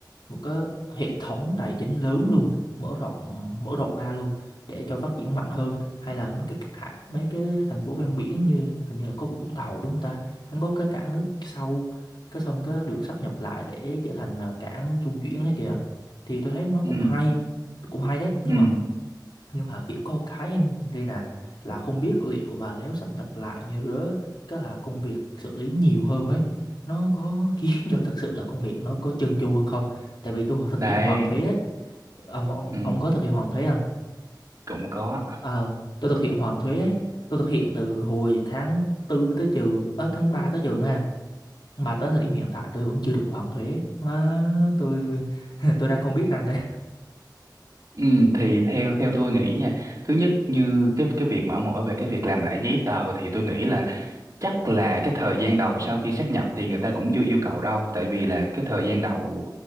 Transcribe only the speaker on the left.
một cái hệ thống tài chính lớn luôn mở rộng mở rộng ra luôn để cho phát triển mạnh hơn hay là mấy cái mấy cái thành phố ven biển như hình như là có Vũng Tàu đúng không ta hắn có cái cảng nước sâu cái xong cái được sáp nhập lại để trở thành là cảng trung chuyển ấy kìa thì tôi thấy nó
cũng hay cũng hay đấy nhưng
mà nhưng mà kiểu có một cái em đây nè là không biết liệu mà nếu sáp nhập lại như rứa cái là công việc xử lý nhiều hơn ấy nó có <laughs> khiến cho thực sự là công việc nó có chân chu hơn không tại vì tôi thực
hiện hoàn thuế ấy ông ông
ông có thực hiện hoàn thuế không
ờ tôi thực hiện hoàn thuế ấy. tôi thực hiện từ hồi tháng tư tới trường ở tháng 3 tới trường ha mà tới thời điểm hiện tại tôi vẫn chưa được hoàn thuế Má, tôi <laughs> tôi đang không biết rằng đấy